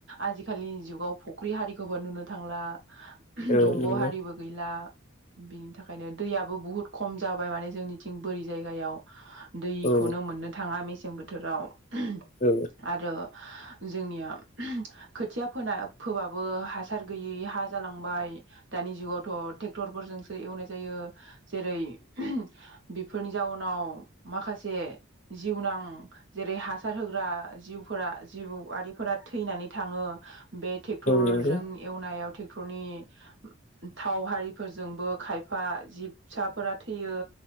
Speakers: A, on the right; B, on the left.
A: आजिखालिनि जुगाव फुख्रि हारिखौबो नुनो थांला। दंग'
B: औ नंगौ
A: हारिबो गैला। बिनि थाखायनो दैयाबो बहुत खम जाबाय माने जोंनिथिं बोरि जायगायाव। दैखौनो
B: औ
A: मोननो थाङा मेसें बोथ‌ थोराव <unintelligible>
B: औ नंगौ औ
A: आरो जोंनिया खोथिया फोना फोबाबो हासार गैयै हा जालांबाय दानि जुगावथ' टेक्टरफोरजोंसो एवनाय जायो जेरै <unintelligible> बेफोरनि जाउनाव माखासे जिउनां जेरै हासार होग्रा जिउफोरा जिउफोरा आरिफोरा थैनानै थाङो। बे ट्रेक्टरजों
B: नंगौ
A: एवनायाव टेक टरनि थाव हारिफोरजोंबो खायफा जिब फिसाफोरा थैयो